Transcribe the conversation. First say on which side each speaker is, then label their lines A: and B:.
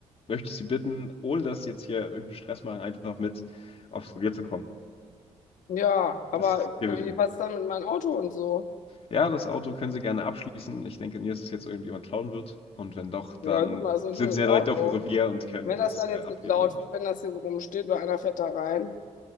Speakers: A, on the left; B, on the left.
A: möchte ich Sie bitten, ohne dass Sie jetzt hier irgendeinen Stress machen, einfach mit aufs Revier zu kommen.
B: Ja, aber
A: Das ist hier
B: wie,
A: für Sie.
B: was ist dann mit meinem Auto und so?
A: Ja, das Auto können Sie gerne abschließen. Ich denke nie, dass es jetzt irgendjemand klauen wird. Und wenn doch, dann
B: Ja, hören Sie mal, so ein
A: sind
B: schönes
A: Sie ja
B: Auto.
A: direkt auf dem Revier und können
B: Wenn
A: das
B: das dann
A: äh,
B: jetzt
A: abgeben,
B: geklaut
A: ne?
B: wird, wenn das hier so rumsteht oder einer fährt da rein,